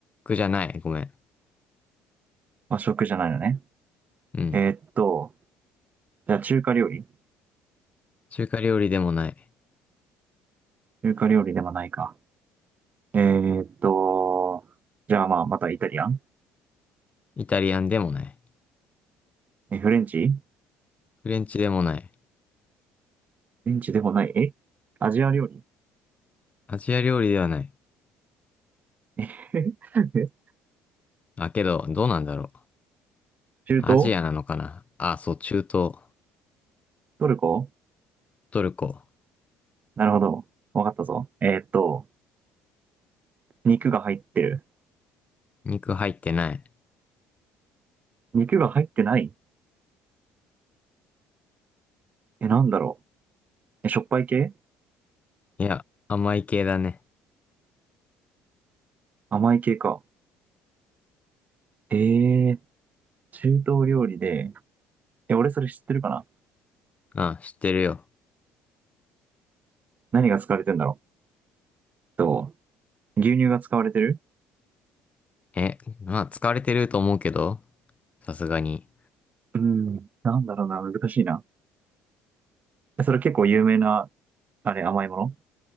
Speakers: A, on the left; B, on the right.
A: じゃない。ごめん。
B: 和食じゃないのね。
A: うん。
B: えーっと、じゃあ中華料理
A: 中華料理でもない。
B: 中華料理でもないか。えーっと、じゃあまあまたイタリアン
A: イタリアンでもない。
B: え、フレンチフ
A: フレンチでもない。
B: レンチでもない。えアジア料理
A: アジア料理ではない。
B: えへへえ
A: あ、けど、どうなんだろう。
B: <laughs> 中東
A: アジアなのかなあ、そう、中東、
B: トルコ
A: トルコ。
B: なるほど。わかったぞ。えーっと、肉が入ってる。
A: 肉入ってない。
B: 肉が入ってないえ、なんだろう。え、しょっぱい系
A: いや、甘い系だね。
B: 甘い系か。えー、中東料理で、え、俺それ知ってるかな
A: あ、知ってるよ。
B: 何が使われてんだろう。と、牛乳が使われてる
A: え、まあ、使われてると思うけど、さすがに。
B: うん。なんだろうな、難しいな。えそれ結構有名な、あれ、甘いもの